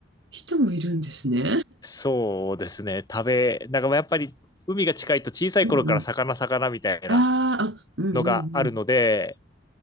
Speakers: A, on the right; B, on the left.
A: 人もいるんですね。
B: そうですね。食べ、なんかまあやっぱり海が近いと小さい頃から魚魚みたいな
A: <laughs> うんうん。あーあ、うんうん
B: のがあるので、